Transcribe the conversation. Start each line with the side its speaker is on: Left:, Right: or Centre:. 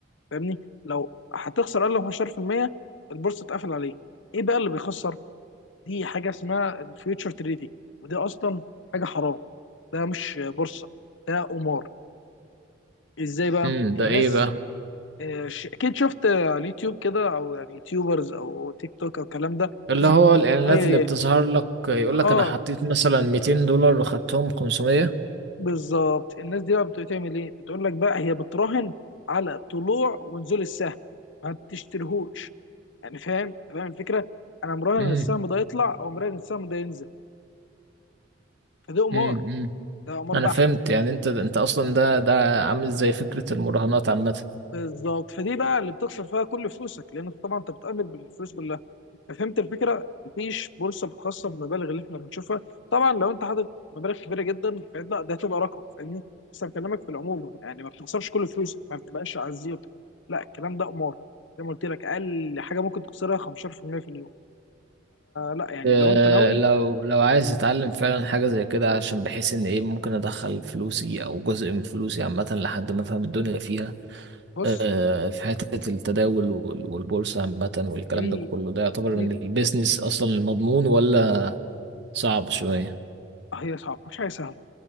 Left: فاهمني لو هتخسر اقل من 15% البورصه اتقفل عليه ايه بقى اللي بيخسر دي حاجه اسمها الفيوتشر تريدينج ودي اصلا حاجه حرام ده مش بورصه ده قمار ازاي بقى
Right: امم ده
Left: الناس
Right: ايه بقى
Left: آه، ش- اكيد شفت آه، على اليوتيوب كده او يعني يوتيوبرز او تيك توك او الكلام ده
Right: اللي
Left: الناس
Right: هو
Left: بتقول
Right: الإعلانات
Left: لك والله
Right: اللي بتظهر لك يقول لك
Left: اه
Right: أنا حطيت مثلا 200 دولار وخدتهم 500
Left: بالظبط الناس دي بقى بتعمل ايه بتقول لك بقى هي بتراهن على طلوع ونزول السهم ما بتشتريهوش يعني فاهم أنت فاهم الفكره انا مراهن
Right: امم
Left: إن السهم ده يطلع او مراهن إن السهم ده ينزل فده قمار
Right: امم أمم.
Left: ده قمار
Right: أنا
Left: بحت
Right: فهمت يعني أنت أنت
Left: فاهمني
Right: أصلا ده ده عامل زي فكرة المراهنات عامة
Left: بالظبط فدي بقى اللي بتخسر فيها كل فلوسك لان طبعا انت بتأمن بالفلوس كلها ففهمت الفكره مفيش بورصه خاصه بالمبالغ اللي احنا بنشوفها طبعا لو انت حاطط مبالغ كبيره جدا فإنت- لا ده هتبقى رقم فاهمني بس انا بكلمك في العموم يعني ما بتخسرش كل فلوسك ما بتبقاش على الزيرو لا الكلام ده قمار زي ما قلت لك اقل حاجه ممكن تخسرها 15% في المية في اليوم فلا يعني
Right: إيه،
Left: لو انت ناوي
Right: لو لو عايز أتعلم فعلا حاجة زي كده عشان بحيث إن إيه ممكن أدخل فلوسي أو جزء من فلوسي عامة لحد ما أفهم الدنيا فيها
Left: بص
Right: آه، في حتة التداول وال- والبورصة عامة والكلام
Left: في
Right: ده كله ده يعتبر
Left: في
Right: من البيزنس أصلا المضمون ولا صعب شوية؟
Left: هي صعبه مش حاجه سهله